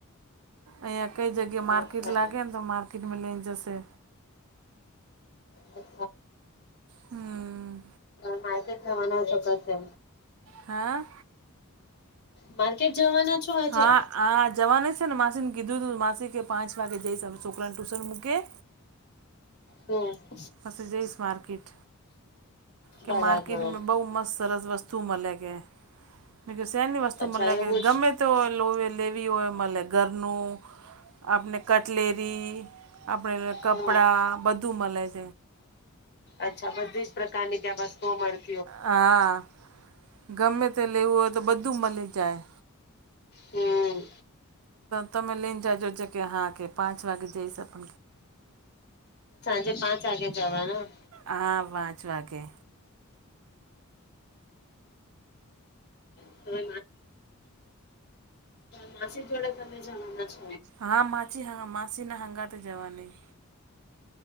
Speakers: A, on the right; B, on the left.
A: અયાક. કઈ જગ્યા માર્કેટ
B: અચ્છા
A: લાગેને તો માર્કેટમાં લઈ જાય હશે.
B: અ <unintelligible>
A: હમ
B: <unintelligible> માં ઈથકે. જવાના ચોક્સ છે.
A: હા.
B: માર્કેટ જવાના. છો આજે
A: હા હા જવાની છે ને માસીને કીધું તું માસી કે પાંચ વાગે જઈસ હવે છોકરાને ટુશન મૂકેએ
B: હમ્મ.
A: પછી જઈશ માર્કેટ કે
B: બરાબર
A: માર્કેટ બઉ મસ્ત સરસ વસ્તુ તું મલે કે. મેં કી સેની વસ્તુ
B: અચ્છા
A: મલે
B: એવું
A: કે ગમે
B: જ
A: તે હોય <unintelligible> લેવી હોય એ મલે ઘરનું આપને કટલેરી આપડે કપડાં
B: હમ
A: બધું મલે.
B: અચ્છા બધી જ પ્રકારની ત્યાં વસ્તુઓ મળે
A: હા ગમે તે લેવું હોય તો બધું મલી જાય.
B: હમ્મ.
A: તમે લઈન જાજો જ કે હા કે પાંચ વાગે જઈ શકો.
B: જે પાંચ આગે જવાનો
A: હા પાંચ વાગે.
B: <unintelligible> માસી જોડે તમે જવાના છો?
A: હા માછી હાર માસી ના હંગાતે જવા ની.